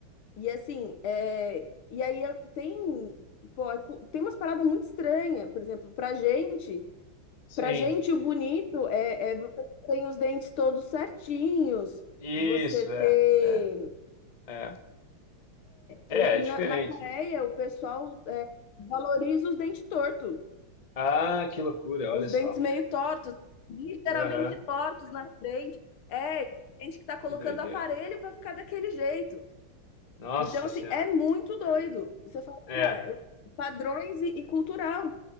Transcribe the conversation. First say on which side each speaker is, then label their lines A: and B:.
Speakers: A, on the left; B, on the left.
A: E assim, é, e aí eu- tem, pô, é cu- tem umas paradas muito estranhas, por exemplo, pra gente,
B: sim.
A: pra gente o bonito é, é você ter os dentes todos certinhos,
B: Isso,
A: você ter,
B: é, é, é. É,
A: e,
B: é
A: e
B: diferente.
A: na, na Coreia
B: é.
A: o pessoal é, valoriza os dentes tortos,
B: Ah, que loucura,
A: os
B: olha só.
A: dentes meio tortos, literalmente
B: Aham,
A: tortos na frente, é, tem gente que tá colocando
B: que doideira.
A: aparelho pra ficar daquele jeito.
B: Nossa
A: Então, assim,
B: Senhora.
A: é muito
B: É,
A: doido. Você fala,
B: é,
A: cara, padrões e, e cultural.